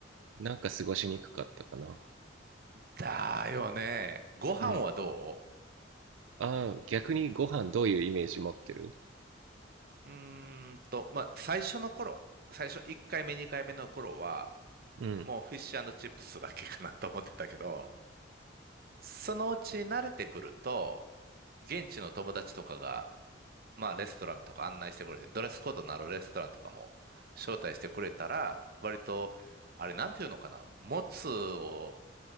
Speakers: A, on the right; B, on the right.
A: なんか過ごしにくかったかな。
B: だよね。ご飯はど
A: うん。ああ、逆にご飯どういうイメージ持ってる
B: ううーんと、まあ、最初の頃、最初1回目2回目の頃は、
A: うん。
B: もうフィッシュチップスだけかなと思ってたけど、そのうち慣れてくると、現地の友達とかが、まあレストランとか案内してくれて、ドレスコードのあるレストランとかも招待してくれたら、割と、あれなんていうのかな、もつを